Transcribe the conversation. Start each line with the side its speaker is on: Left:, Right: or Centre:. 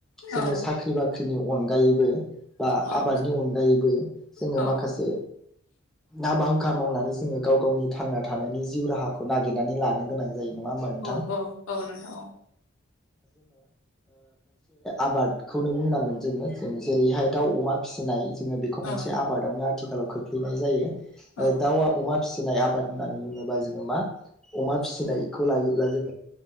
Left: औ
Centre: जोङो साख्रि बाख्रिनि अनगायैबो
Left: औ
Centre: आबादनि अनगायैबो जोङो
Left: औ
Centre: माखासे हाबा खा मावनानै जोङो गाव गावनि थांना थानायनि जिउ राहाखौ नागिरनानै लानो गोनां यो नोङा होमब्ला नोंथां?
Left: औ औ औ नोंथां
Centre: आबादखौनो बुंनांगोन जोङो जों जेरैहाय दाउ अमा फिसिनाय जोङो बेखौ
Left: औ
Centre: मोनसे आबादावनो आथिलाव खोख्लैनाय जायो
Left: औ
Centre: दाउ अमा फिसि <unintelligible> आबाद होननानै बुङोबा जोङो मा अमा फिसिनायखौ
Left: औ
Centre: लायोब्ला जों